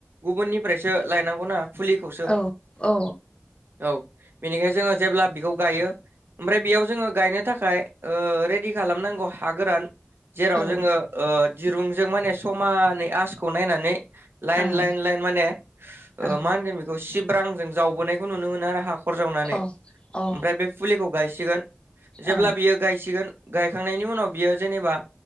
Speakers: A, on the right; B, on the left.
A: गुबुननिफ्रायसो लायनांगौ ना फुलिखौसो
B: औ औ
A: औ बेनिखाय जोङो जेब्ला बेखौ गायो ओमफ्राय बेयाव जोङो गायनो थाखाय ओ रेडि खालामनांगौ हा गोरान जेराव
B: औ ओं
A: जोङो
B: ओं
A: ओ दिरुंजों माने समानै आसखौ नायनानै लाइन
B: औ
A: लाइन लाइन माने ओ
B: अ
A: मा होनगोन बेखौ सिब्रांजों जावबोनायखौ नुनो मोनो आरो हा खर जावनानै
B: ओं औ
A: ओमफ्राय बे फुलिखौ गायसिगोन जेब्ला
B: औ
A: बियो गायसिगोन गायखांनायनि उनाव बियो जेनेबा